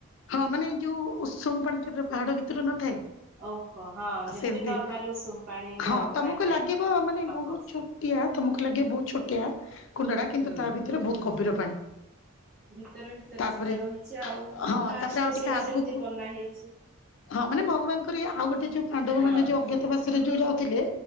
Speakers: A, on the left; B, on the right.
A: ହଁ ମାନେ ଯୋଉ ଉତ୍ସବ ପାଣି ଟ ପାହାଡ ଭିତ୍ର ନଥାଏ।
B: ଓହୋ ହଁ ଯେମିତି
A: ସେମତି
B: ନର୍ମାଲ ଉଷୁମ ପାଣି
A: ହଁ
B: ଗରମ
A: ତମକୁ
B: ପାଣି ଟାଇପ
A: ଲାଗିବ
B: ର
A: ମାନେ
B: ନଖ
A: ବହୁତ
B: ଉଷୁମ।
A: ଛ ଛଟିଆ ତମକୁ ଲାଗେ ବହୁତ ଛୋଟିଆ କୁଣ୍ଡଡା କିନ୍ତୁ
B: ହୁଁ।
A: ତା ଭିତରେ ବହୁତ ଗଭୀର ପାଣି।
B: ଭିତରେ ଭିତରେ
A: ତାପରେ
B: ସେଇଟା ରହିଛି ଆଉ
A: ହଁ
B: ଫାଷ୍ଟ
A: ତାପରେ ଆଉ
B: ରୁ
A: ଟିକେ
B: ସେଇଟା
A: ଆଗକୁ
B: ସେମିତି ବନା ହେଇଛି।
A: ହଁ ମାନେ ଭଗବାନଙ୍କ ଆଉ ଗୋଟେ ଯୋଉ ପାଣ୍ଡବ
B: ହଁ
A: ମାନେ ଯୋଉ ଅଜ୍ଞାତବା
B: ସେଇ
A: ସେ ଯୋଉ ଯାଉଥିଲେ